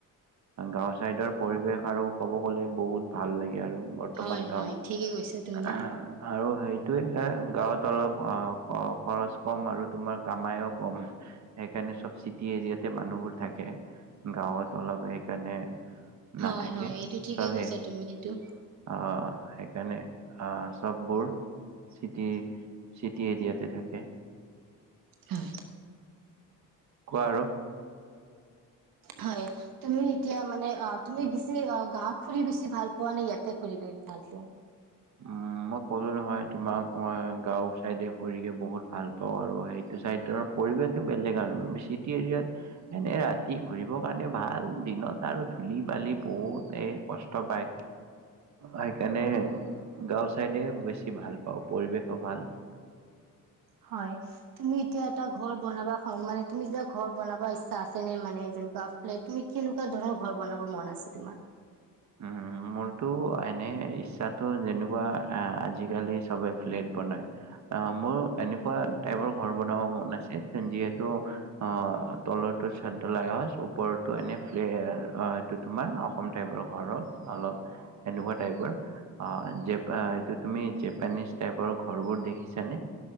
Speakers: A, on the right; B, on the right.
A: গাঁও চাইদৰ পৰিৱেশ আৰু কব গ'লে বহুত ভাল লাগে আৰু বৰ্তমান
B: হয়
A: গাঁওত
B: হয় ঠিকে কৈছা তুমি
A: আৰু সেই সেইটোৱে গাঁৱত অলপ খৰচ কম আৰু তোমাৰ কামাইয়ো কম সেইকাৰণে চব চিটি এৰিয়াতে মানুহবোৰ থাকে গাঁৱত অলপ সেইকাৰণে
B: হয়
A: নাথাকে
B: হয় এইটো ঠিকে
A: চবেই
B: কৈছা
A: আহ
B: তুমি এইটো
A: সেইকাৰণে আ চববোৰ চিটি চিটি এৰিয়াত থাকে
B: হয়
A: কোৱা আৰু
B: হয় তুমি এতিয়া মানে অ তুমি বেছি গাঁৱত ফুৰি বেছি ভাল পোৱা নে ইয়াতে ফুৰি ভাল পোৱা
A: উম মই কলো নহয় তোমাক গাঁও চাইডে ফুৰিে বহুত ভাল পাওঁ আৰু সেইটো চাইডৰ পৰিৱেশ বেলেগ আৰু চিটি এৰিয়াত এনে ৰাতি ঘুৰিবৰ কাৰণে ভাল দিনত আৰু ধূলি বালি বহুতে কষ্ট পায় সেইকাৰণে গাঁও চাইডে বেছি ভাল পাওঁ পৰিৱেশো ভাল
B: হয় তুমি এতিয়া এটা ঘৰ বনাবা মানে তুমি যা ঘৰ বনাব ইচ্ছা আছে নে মানে যেনেকুৱা তুমি কেনেকুৱা ধৰণৰ ঘৰ বনাব মন আছে তোমাৰ
A: উ মোৰতো এনে ইচ্ছাটো যেনেকুৱা আহ আজিকালি চবে ফ্লেট বনাই আহ মোৰ এনেকুৱা টাইপৰ ঘৰ বনাব মন আছে যিহেতু অ তলতো চটধালাই ওপৰতো এনে্ এইটো তোমাৰ অসম টাইপৰ অলপ অলপ এনেকুৱা টাইপৰ অ জেপি এইটো তুমি জেপেনিচ টাইপৰ ঘৰবোৰ দেখিছানে